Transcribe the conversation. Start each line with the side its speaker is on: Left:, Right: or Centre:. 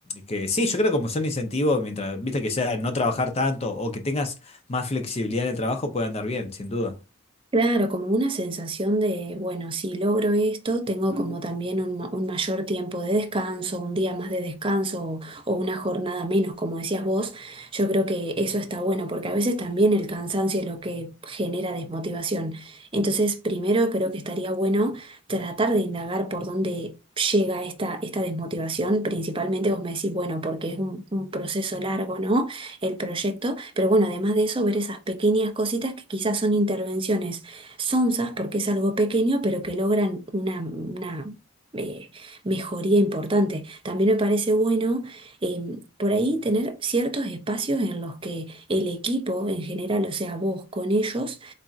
Left: que sí, yo creo que como son incentivos, mientras, viste que sea no trabajar tanto o que tengas más flexibilidad en el trabajo, puede andar bien, sin duda.
Right: Claro, como una sensación de, bueno, si logro esto, tengo como también un, ma- un mayor tiempo de descanso, un día más de descanso o, o una jornada menos, como decías vos. Yo creo que eso está bueno porque a veces también el cansancio es lo que genera desmotivación. Entonces, primero creo que estaría bueno tratar de indagar por dónde llega esta, esta desmotivación. Principalmente vos me decís, bueno, porque es un, un proceso largo, ¿no? El proyecto. Pero bueno, además de eso, ver esas pequeñas cositas que quizás son intervenciones sonsas porque es algo pequeño, pero que logran una, una, eh, mejoría importante. También me parece bueno em, por ahí tener ciertos espacios en los que el equipo en general, o sea, vos con ellos,